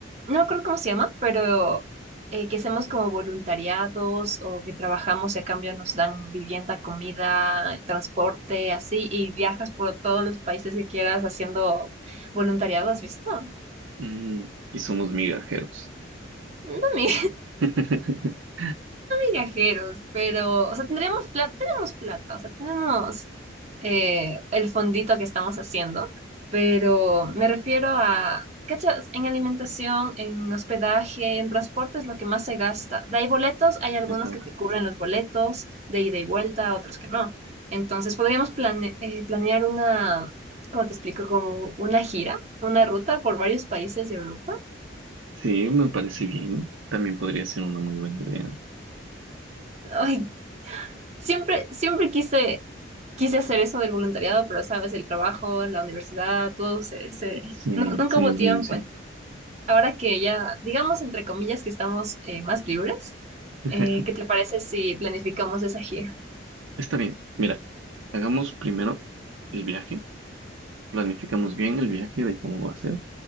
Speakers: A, on the right; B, on the right.
A: no me acuerdo cómo se llama, pero eh, que hacemos como voluntariados o que trabajamos y a cambio nos dan vivienda, comida, transporte, así, y viajas por todos los países que quieras haciendo voluntariados visto?
B: Mm, y somos migajeros.
A: No, mi.
B: <laughs>
A: viajeros, pero, o sea, tendríamos plata, tenemos plata, o sea, tenemos eh, el fondito que estamos haciendo, pero me refiero a, ¿cachas? En alimentación, en hospedaje, en transporte es lo que más se gasta. De ahí boletos, hay algunos
B: Pues nada.
A: que te cubren los boletos de ida y vuelta, otros que no. Entonces, podríamos plane- eh, planear una, ¿cómo te explico? Como una gira, una ruta por varios países de Europa.
B: Sí, me parece bien, también podría ser una muy buena idea.
A: Ay, Siempre, siempre quise, quise hacer eso del voluntariado, pero sabes, el trabajo, la universidad, todo se, se-
B: Sí,
A: Nunca
B: se
A: hubo
B: nos
A: tiempo.
B: viene encima.
A: Ahora que ya, digamos, entre comillas, que estamos eh, más libres,
B: <laughs>
A: eh, ¿qué te parece si planificamos esa gira?
B: Está bien, mira, hagamos primero el viaje. planificamos bien el viaje de cómo va a ser